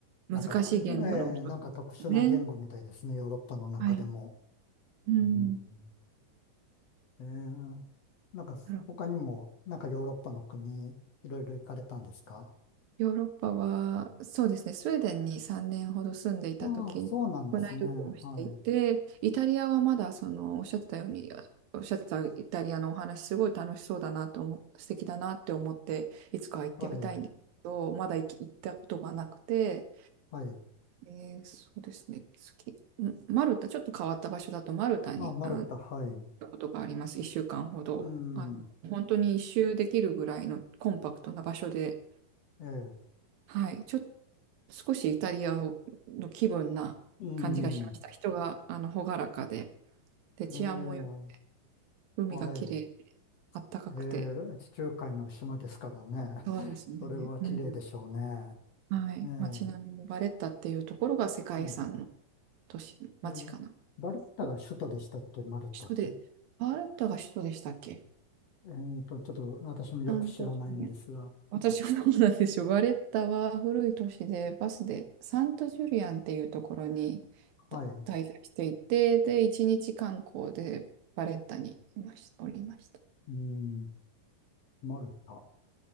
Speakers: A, on the right; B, on the left.
A: 難しい言語の人ですね。
B: なんか、ええ、なんか特殊な言語みたいですね、ヨーロッパの中でも。
A: はい。うん。
B: うん、ええ。なんか、
A: なるほど
B: 他にも、なんかヨーロッパの国、いろいろ行かれたんですか
A: ヨーロッパは、そうですね、スウェーデンに3年ほど住んでいた時に国内旅行をしていて、
B: ああ、そうなんですね。は
A: イタリアはまだそのおっしゃってたように、おっしゃってたイタリアのお話、すごい楽しそうだなと思っ素敵だなって思って、いつか行ってみたいんですけど、
B: い。はい。
A: まだ行き行ったことがなくて、
B: はい。
A: えー、そうですね。月、んマルタ、ちょっと変わった場所だと、マルタにあの行っ
B: まあ、マルタ、はい。
A: たことがあります。1週間ほど。
B: うん、
A: あの本当に一周できるぐらいのコンパクトな場所で、
B: ええ、
A: はい、ちょっと少しイタリアをの気分な感じがしました。
B: うん、
A: 人があの朗らかで、で、治安もよく、
B: ええ、
A: 海が綺麗で、
B: はい。
A: あったかくて、
B: ええ、地中海の島ですからね。
A: そうですね。
B: <laughs> それは綺麗でしょうね。
A: うん、はい、
B: ええ、
A: 街並みもバレッタっていうところが世界遺産の
B: うん、
A: 都市、街かな。
B: ええ、バルタが首都でしたっけ、
A: 首
B: マルタって。
A: 都で、バレッタが首都でしたっけ
B: えっと、ちょっと私もよく知らないんですが、
A: 三都市ね。私はどうなんでしょう。バレッタは古い都市で、バスでサントジュリアンっていうところにた滞在していて、
B: はい。
A: で、一日観光でバレッタにいまし、おりました。
B: うん、マルタ。